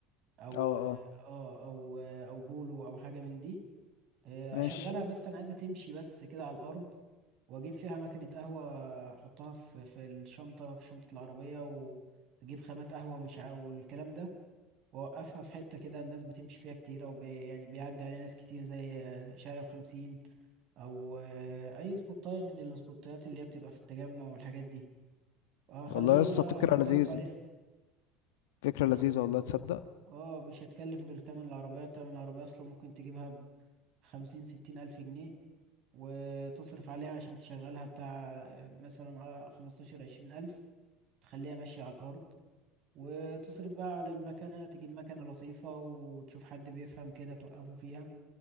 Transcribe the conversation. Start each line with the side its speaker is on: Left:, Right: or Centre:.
Right: أو
Left: اه اه
Right: آه أو أو بولو أو حاجة من دي آه،
Left: ماشي
Right: أشغلها بس أنا عايزها تمشي بس كده على الأرض وأجيب فيها مكنة قهوة أحطها في في الشنطة في شنطة العربية وأجيب خامات قهوة مش عا- والكلام ده وأوقفها في حتة كده الناس بتمشي فيها كتير أو بي يعني بيعدي عليها ناس كتير زي آه، شارع الخمسين او آه، اي سبوتايه من السبوتايات اللي هي بتبقى في التجمع والحاجات دي اخليه
Left: والله يا اسطى
Right: بقى
Left: فكرة
Right: حد
Left: لذيذة
Right: يقف عليها
Left: فكرة لذيذة والله تصدق
Right: اه مش هتكلف غير تمن العربية تمن العربية اصلا ممكن تجيبها بخمسين ستين الف جنيه وتصرف عليها عشان تشغلها بتاع مثلا على خمستاشر عشرين الف تخليها ماشية على الارض وتصرف بقى على المكنة تجيب مكنة لطيفة وتشوف حد بيفهم كده توقفه فيها